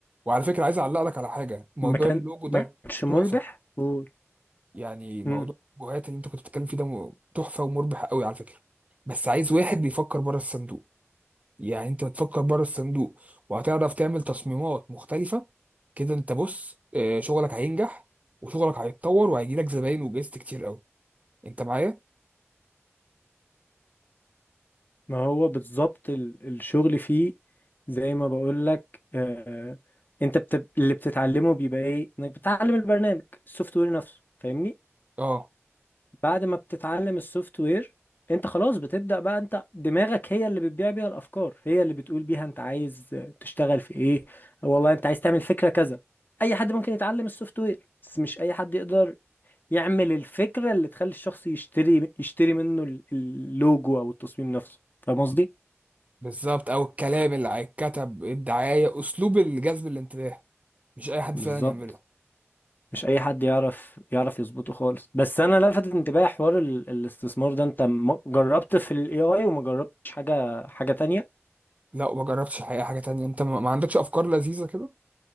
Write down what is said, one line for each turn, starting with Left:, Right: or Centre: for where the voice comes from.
Right: وعلى فكرة عايز اعلق لك على حاجة موضوع
Left: ما كان
Right: اللوجو ده
Left: ما كانش مربح
Right: تحفة
Left: قول
Right: يعني موضوع
Left: امم
Right: اللوجوهات اللي انت كنت بتتكلم فيه ده م- تحفة ومربح قوي على فكرة بس عايز واحد بيفكر بره الصندوق يعني انت بتفكر بره الصندوق وهتعرف تعمل تصميمات مختلفة كده انت بص آه، شغلك هينجح وشغلك هيتطور وهيجيلك زباين وجايزت كتير قوي انت معايا
Left: ما هو بالظبط ال... الشغل فيه زي ما بقول لك آه، انت بتب... اللي بتتعلمه بيبقى ايه انك بتتعلم البرنامج السوفت وير نفسه فاهمني
Right: اه
Left: بعد ما بتتعلم السوفت وير انت خلاص بتبدأ بقى انت دماغك هي اللي بتبيع بيها الافكار هي اللي بتقول بيها انت عايز تشتغل في ايه والله انت عايز تعمل فكرة كذا اي حد ممكن يتعلم السوفت وير بس مش اي حد يقدر يعمل الفكرة اللي تخلي الشخص يشتري يشتري منه ال- اللوجو او التصميم نفسه فاهم قصدي
Right: بالظبط او الكلام اللي هيتكتب الدعايه اسلوب الجذب الانتباه مش اي حد
Left: بالظبط
Right: فعلا يعمله
Left: مش اي حد يعرف يعرف يظبطه خالص بس انا لفت انتباهي حوار ال... الاستثمار ده انت م- جربت في الاي اي وما جربتش حاجه حاجه تانية
Right: لا ما جربتش الحقيقه حاجه تانية انت ما ما عندكش افكار لذيذه كده